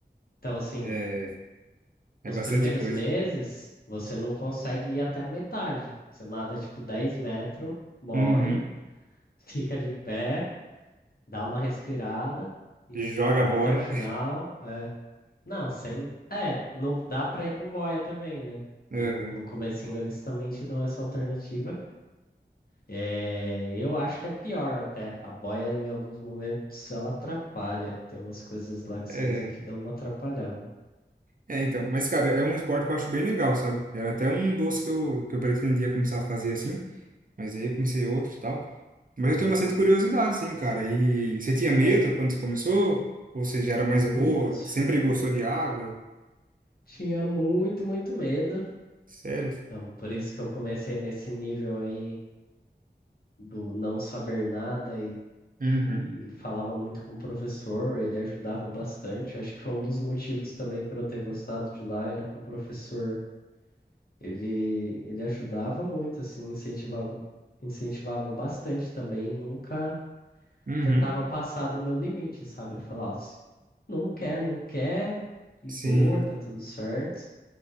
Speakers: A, on the left; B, on the right.
A: Então, assim,
B: É, é
A: os
B: bastante
A: primeiros
B: coisa.
A: meses, você não consegue ir até a metade. Você nada, tipo, 10 metros, morre,
B: Uhum.
A: <laughs> fica de pé dá uma respirada e
B: Joga
A: vai
B: a boia.
A: até o final. É. Não, sem. É, não dá pra ir com boia também, né?
B: <laughs>
A: No,
B: Aham.
A: no comecinho eles também te dão essa alternativa. É, eu acho que é pior até. A boia, em alguns momentos, ela atrapalha. Tem umas coisas lá que
B: É.
A: você usa que dão uma atrapalhada.
B: É, então. Mas, cara, é um esporte que eu acho bem legal, sabe? Era até um doce que eu, que eu pretendia começar a fazer assim, mas aí eu comecei outro e tal. Mas
A: Não,
B: eu tenho bastante curiosidade, sim, cara. E
A: muito
B: você tinha medo
A: bom.
B: quando você começou? Ou seja, era mais
A: Muito.
B: boa? Sempre gostou de água?
A: Tinha muito, muito medo.
B: Sério?
A: Então, por isso que eu comecei nesse nível aí do não saber nada e
B: Uhum.
A: e falava muito com o professor, ele ajudava bastante. Acho que foi um dos motivos também para eu ter gostado de lá, era que o professor, ele, ele ajudava muito, assim, incentivava, incentivava bastante também, nunca
B: Uhum.
A: tentava passar do meu limite, sabe? Ele falava assim, não quer, não quer, e
B: Sim.
A: boa, tá tudo certo,